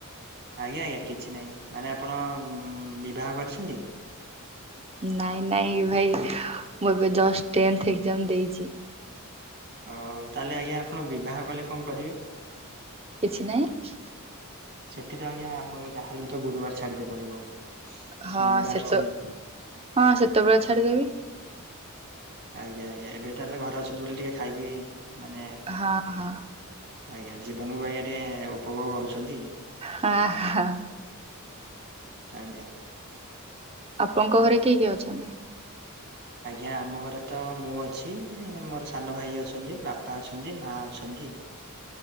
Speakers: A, on the right; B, on the right.
A: ଆଜ୍ଞା-ଆଜ୍ଞା କିଛି ନାହିଁ, ମାନେ ଆପଣ ବିବାହ କରିଛନ୍ତି?
B: ନାଇଁ-ନାଇଁ ଭାଇ ମୁଁ ଏବେ ଜଷ୍ଟ ଟେନ୍ଥ ଏକ୍ଜାମ ଦେଇଛି।
A: ଓହୋ ତାହେଲେ ଆଜ୍ଞା ଆପଣ ବିବାହ କଲେ କଣ କରିବେ?
B: କିଛି ନାହିଁ।
A: ସେଠି ତ ଆଜ୍ଞା ଆପଣଙ୍କୁ ଯାହା ହେଲେ ବି ତ ଗୁରୁବାର ଛାଡିଦେ ପଡିବ।
B: ହଁ
A: ସୋମବାର
B: ସେତ
A: ସେମି
B: ହଁ ସେତବଳେ ଛାଡ଼ିଦେବି।
A: ଆଜ୍ଞା-ଆଜ୍ଞା ଏବେ ତାହେଲେ ଘରେ ଅଛନ୍ତି ବୋଲି ଟିକେ ଖାଇକି ମାନେ
B: ହଁ-ହଁ।
A: ଆଜ୍ଞା ଜୀବନକୁ ଆଜ୍ଞା ଟିକେ ଉପଭୋଗ କରୁଛନ୍ତି?
B: ହଁ-ହଁ।
A: ଆଜ୍ଞା।
B: ଆପଣଙ୍କ ଘରେ କିଏ-କିଏ ଅଛନ୍ତି?
A: ଆଜ୍ଞା ଆମ ଘରେ ତ ମୁଁ ଅଛି, ମୋର ସାନ ଭାଇ ଅଛନ୍ତି, ବାପା ଅଛନ୍ତି, ମା ଅଛନ୍ତି।